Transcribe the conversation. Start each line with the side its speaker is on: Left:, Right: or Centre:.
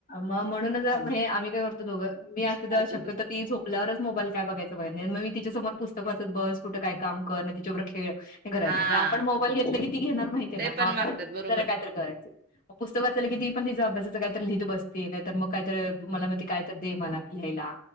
Left: म म्हणूनच आम्ही, आम्ही काय करतो दोघं ती असते
Right: असं
Left: तेव्हा, शक्यतो ती झोपल्यावरच मोबाईल काय बघायचं बघाय- हे म मी तिच्यासमोर पुस्तक वाचत बस, कुठं काय काम कर न तिच्याबरोबर खेळ-
Right: हा
Left: <unintelligible> म्हणजे आपण मोबाईल घेतलं की ती घेणार माहिती आहे
Right: ते
Left: ना
Right: पण
Left: मग आपणच
Right: मागतात बरोबर
Left: जरा कायतरी करायचं. अहो पुस्तक वाचयल घेती पण मी पण तीच अभ्यासाच काय. - लिहित बसते, नाहीतर मग काहीत मला म्हणते काय तर दे मला लिहायला.